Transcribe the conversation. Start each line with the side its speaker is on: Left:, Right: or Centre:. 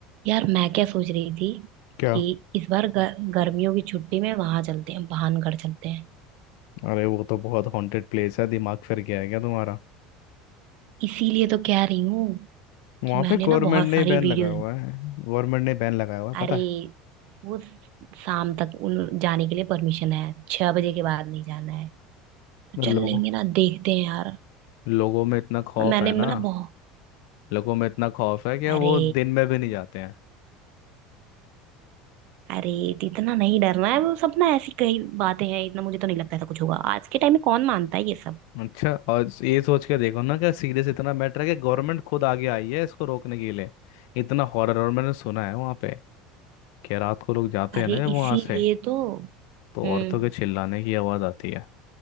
Right: यार मैं क्या सोच रही थी
Left: क्या
Right: कि इस बार गर, गर्मियों की छुट्टी में वहां चलते हैं भानगढ़ चलते हैं
Left: अरे वो तो बहुत हॉन्टेड प्लेस है दिमाग फिर गया है क्या तुम्हारा
Right: इसीलिए तो कह रही हूँ
Left: वहां
Right: कि मैंने
Left: पे गवर्नमेंट
Right: ना बहुत
Left: ने
Right: सारी
Left: बैन
Right: वीडियोस
Left: लगाया हुआ है गवर्नमेंट ने बैन लगाया हुआ है
Right: अरे
Left: पता है
Right: वो शाम तक उन जाने के लिए परमिशन है छह बजे के बाद नहीं जाना है तो
Left: तो लोगों
Right: चल लेंगे ना देखते हैं यार
Left: लोगों में इतना खौफ
Right: मैंने
Left: है
Right: ना
Left: ना
Right: बहुत
Left: लोगों में इतना खौफ है कि वो
Right: अरे
Left: दिन में भी नहीं जाते हैं
Right: अरे तो इतना नहीं डरना है वो सब ना ऐसी कई बातें हैं इतना मुझे तो नहीं लगता ऐसा कुछ होगा आज के टाइम में कौन मानता है ये सब
Left: अच्छा और ये सोच के देखो ना कि सीरियस इतना मैटर है कि गवर्नमेंट खुद आगे आई है इसको रोकने के लिए इतना हॉरर और मैंने सुना है वहां पे कि रात को लोग जाते
Right: अरे
Left: हैं ना जब
Right: इसीलिए
Left: वहां से
Right: तो
Left: तो
Right: हम्म
Left: औरतों के चिल्लाने की आवाज आती है